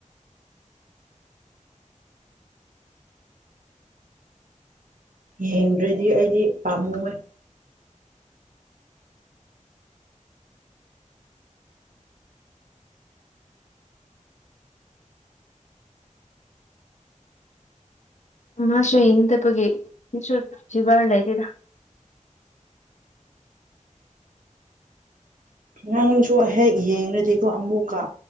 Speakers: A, on the right (about 85°); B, on the left (about 60°).
A: ꯌꯦꯡꯗ꯭ꯔꯗꯤ ꯑꯩꯗꯤ ꯄꯥꯝꯃꯨꯏ
B: ꯃꯥꯁꯨ ꯌꯦꯡꯗꯕꯒꯤꯁꯨ ꯖꯤꯕꯥꯔ ꯂꯩꯗꯦꯗ
A: ꯅꯪꯁꯨ ꯍꯦꯛ ꯌꯦꯡꯉꯗꯤꯀꯣ ꯑꯃꯨꯛꯀ